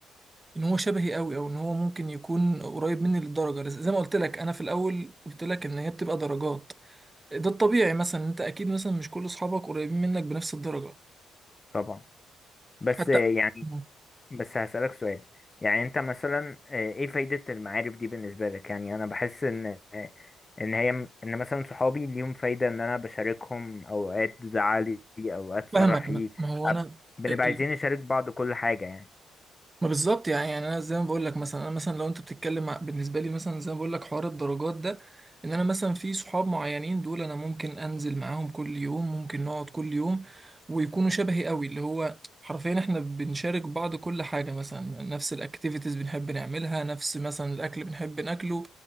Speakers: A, on the right; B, on the left.
A: ان هو شبهي قوي او ان هو ممكن يكون قريب مني للدرجة زي ما قلت لك انا في الاول قلت لك ان هي بتبقى درجات ده الطبيعي مثلا انت اكيد مثلا مش كل اصحابك قريبين منك بنفس الدرجه
B: طبعا بس
A: حتى
B: يعني
A: مم.
B: بس هسألك سؤال يعني انت مثلا آه، ايه فايدة المعارف دي بالنسبة لك يعني انا بحس ان آه، ان هي ان مثلا صحابي ليهم فايدة ان انا بشاركهم اوقات زعلي اوقات فرحي
A: فاهمك ما ما هو
B: أب-
A: انا
B: بنبقى
A: ال- ال-
B: عايزين نشارك بعض كل حاجة يعني
A: ما بالظبط يعني يعني انا زي ما بقول لك مثلا انا مثلا لو انت بتتكلم ع- بالنسبه لي مثلا زي ما بقول لك حوار الدرجات ده ان انا مثلا في صحاب معينين دول انا ممكن انزل معاهم كل يوم ممكن نقعد كل يوم ويكونوا شبهي قوي اللي هو حرفيا احنا بنشارك بعض كل حاجه مثلا نفس الاكتيفيتيز بنحب نعملها نفس مثلا الاكل بنحب ناكله